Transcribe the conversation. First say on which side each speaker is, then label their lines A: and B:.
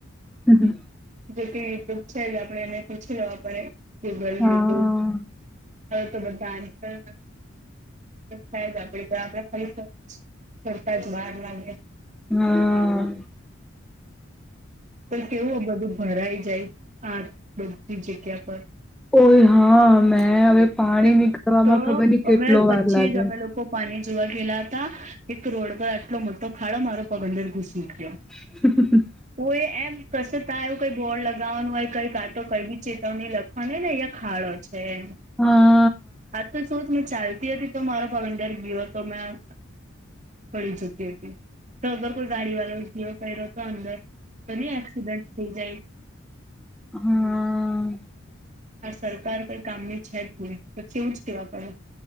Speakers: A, in the centre; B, on the right (about 35°).
A: હ
B: જોકે યુટ્યુબ છે જ આપણે એને પૂછી લેવા પડે ગૂગલ
A: હા
B: યુટ્યુબ હવે તો બધા આન્સર થાય જ આપ આપડ ખરી કરતા જ વાર લાગે
A: હા
B: તો કેવું બધું ભરાઈ જાય આ બધી જગ્યા પર
A: ઓય હા મે હવે પાણી
B: તો
A: નીકળવાવામાં ખબર નઈ
B: અમે
A: કેટલો
B: પછી
A: વાર લાગે
B: જ અમે લોકો પાણી જોવા ગયેલા હતા એક રોડ પર આટલો મોટો ખાડો મારો પગંદર ઘુસી ગયો
A: હ
B: કો એ એમ કશે ત્યાં એવું કઈ બોર્ડ લગાવવાનું હોય કઈ કાટ તો કઈ બી ચેતવણી લખવાની હોય ને અયા ખાડો જ હ
A: હા
B: હા તો શત મેં ચાલતી હતી તો મારો પગનંદર ગીયો હતો મેં પડી જતી હતી તો અગર કોઈ ગાડી વાળો ઘ કર્યો તો અંદર તો નહી એક્સિડન્ટ થઈ જાય
A: હમ
B: આ સરકાર તો કામ ની છે જ ભ તો એવું જ કેવા પડે